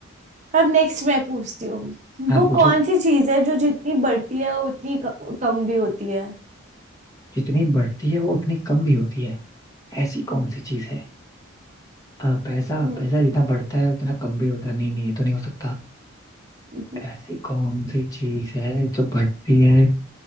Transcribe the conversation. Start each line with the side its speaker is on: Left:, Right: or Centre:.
Right: अब नेक्स्ट मैं पूछती हूँ
Left: हाँ
Right: वो
Left: पूछो
Right: कौन सी चीज है जो जितनी बढ़ती है वो उतनी क- कम भी होती है
Left: जितनी बढ़ती है वो उतनी कम भी होती है ऐसी कौन सी चीज है अ, पैसा
Right: हम्म
Left: पैसा जितना बढ़ता है उतना कम भी होता है। नहीं नहीं ये तो नहीं हो सकता
Right: हम्म।
Left: ऐसी कौन सी चीज है जो बढ़ती है